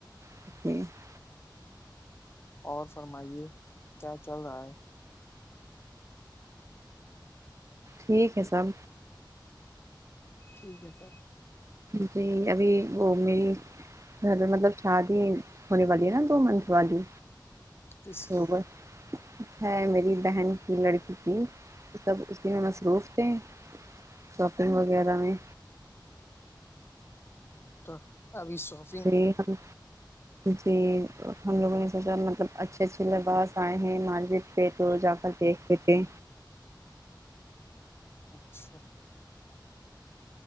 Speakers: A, on the right; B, on the left.
A: <inaudible>
B: اور فرمائیے کیا چل رہا ہے
A: ٹھیک ہے سب
B: ٹھیک ہے سر
A: جی ابھی وہ میری مطلب شادی ہونے والی ہے نا دو منتھ والی
B: کس
A: وہ
B: کی
A: بس ہے میری بہن کی لڑکی کی سب اسی میں مصروف تھے شاپنگ وغیرہ میں
B: تو ابھی شوپنگ
A: جی ہم جی ہم لوگوں نے سوچا مطلب اچھے اچھے لباس آئے ہیں ماجد تو جا کر دیکھتے تھ
B: اچھا